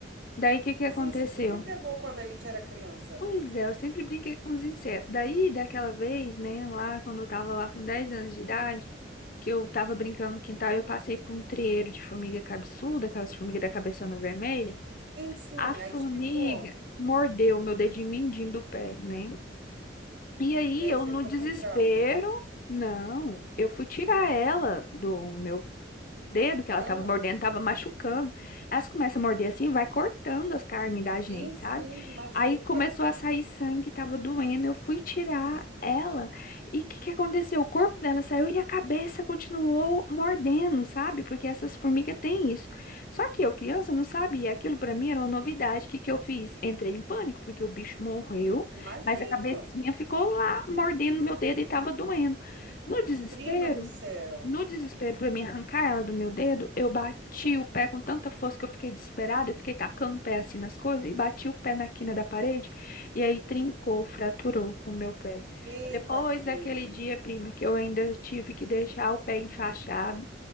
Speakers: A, on the left; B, on the right.
A: Daí o que que aconteceu?
B: Sim, você sempre pegou quando a gente era criança,
A: Pois
B: né?
A: é, eu sempre brinquei com os insetos. Daí, daquela vez, né, lá quando eu tava lá com 10 anos de idade, que eu tava brincando no quintal, eu passei por um trieiro de formiga cabeçuda, aquelas formigas da cabeçona vermelha.
B: Sim, sim,
A: A formiga
B: aí te picou.
A: mordeu o meu dedinho mindinho do pé, né? E aí,
B: E aí
A: eu
B: você
A: no
B: ficou
A: desespero,
B: com trauma.
A: não, eu fui tirar ela do meu dedo que ela
B: Ah,
A: tava mordendo tava machucando. Elas começam a morder assim, vai cortando as carnes da gente,
B: sim, sim,
A: sabe?
B: machuca.
A: Aí começou a sair sangue, tava doendo. Eu fui tirar ela. E o que que aconteceu? O corpo dela saiu e a cabeça continuou mordendo, sabe? Porque essas formigas têm isso. Só que eu, criança, não sabia. Aquilo pra mim era uma novidade. O que que eu fiz? Entrei em pânico, porque o bicho morreu,
B: Imagino.
A: mas a cabecinha ficou lá mordendo meu dedo e tava doendo. No desespero,
B: Prima do céu.
A: no desespero pra me arrancar ela do meu dedo, eu bati o pé com tanta força que eu fiquei desesperada, eu fiquei tacando o pé assim nas coisas e bati o pé na quina da parede e aí trincou, fraturou o meu pé.
B: Eita,
A: Depois
B: prima,
A: daquele dia, prima, que eu ainda tive que deixar o pé enfaixado